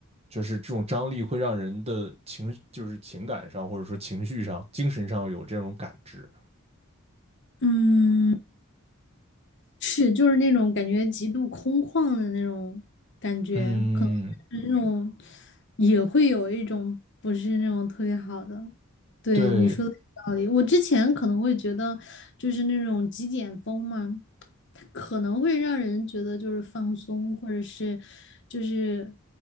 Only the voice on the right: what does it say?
就是这种张力会让人的情，就是情感上或者说情绪上、精神上有这种感知。
嗯，
对，